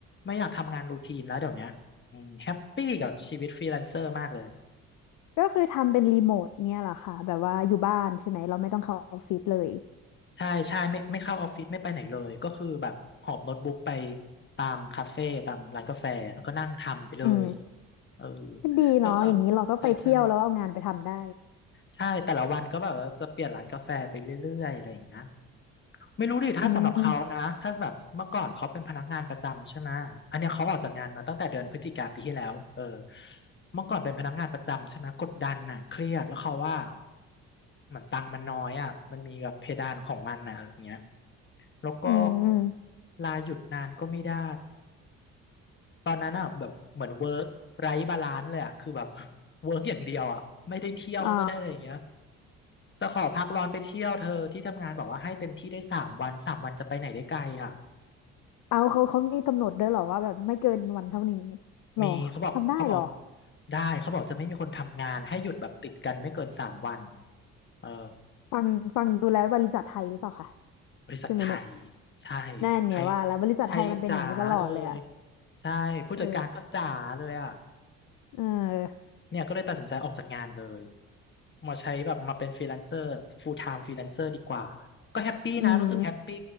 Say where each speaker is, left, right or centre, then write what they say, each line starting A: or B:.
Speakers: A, on the left; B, on the left.
A: ไม่อยากทำงานรูทีนแล้วเดี๋ยวเนี้ยอืมแฮปปี้กับชีวิตฟรีแลนเซอร์มากเลย
B: ๆก็คือทำเป็นรีโมทเนี่ยแหละค่ะแบบว่าอยู่บ้านใช่ไหม เราไม่ต้องเข้าออฟฟิศเลย
A: ใช่ใช่ไม่ไม่เข้าออฟฟิศไม่ไปไหนเลยก็คือแบบหอบโน้ตบุ๊กไปตามคาเฟ่ตามร้านกาแฟแล้วก็นั่งทำไปเลย
B: อืม
A: เออ
B: ก็ดีเนาะอย่างนี้เราก็ไปเที่ยวแล้วเอางานไปทำได้
A: ก็แบบใช่ใช่ ใช่แต่ละวันก็แบบว่าจะเปลี่ยนร้านกาแฟไปเรื่อยๆอะไรอย่างเงี้ยไม่รู้ดิถ้าสำหรับเขานะถ้าแบบเมื่อก่อนเขาเป็นพนักงานประจำใช่ไหมอันเนี้ยเขาออกจากงานมาตั้งแต่เดือนพฤศจิกาปีที่แล้วเออ
B: อืม
A: เมื่อก่อนเป็นพนักงานประจำใช่ไหมกดดันน่ะเครียดแล้วเขาว่าเหมือนตังค์มันน้อยอ่ะมันมีแบบเพดานของมันน่ะอะไรอย่างเงี้ยแล้วก็
B: อืม
A: ลาหยุดนานก็ไม่ได้ตอนนั้นอ่ะแบบเหมือนเวิร์กไร้บาลานซ์เลยอ่ะคือแบบ <laughs> เวิร์กอย่างเดียวอ่ะไม่ได้เที่ยวไม่ได้อะไรอย่างเงี้ย
B: อ๋อ
A: จะขอพักร้อนไปเที่ยวเธอที่ทำงานบอกว่าให้เต็มที่ได้สามวันสามวันจะไปไหนได้ไกลอ่ะ
B: เอาเขาเขามีกำหนดด้วยเหรอว่าแบบไม่เกินวันเท่านี้หรอทำได้เหรอ
A: มีเขาบอกเขาบอกได้เขาบอกจะไม่มีคนทำงานให้หยุดแบบติดกันไม่เกินสามวันเออ
B: ฟังฟังดูแล้วบริษัทไทยหรือเปล่าคะ
A: บริษัทไทย
B: ใช่ไหมเนี่ย
A: ใช่
B: นั่นไงว่าแล้วบริษัทไทยมันเป็นอย่างนี้ตลอดเลยอะ
A: ไทยไทยจ๋าเลยใช่ผู้จัดการก็จ๋าเลยอ่ะ
B: เออเออ
A: เนี่ยก็เลยตัดสินใจออกจากงานเลยมาใช้แบบมาเป็นฟรีแลนเซอร์ full time ฟรีแลนเซอร์ดีกว่าก็แฮปปี้นะรู้สึกแฮปปี้
B: อืม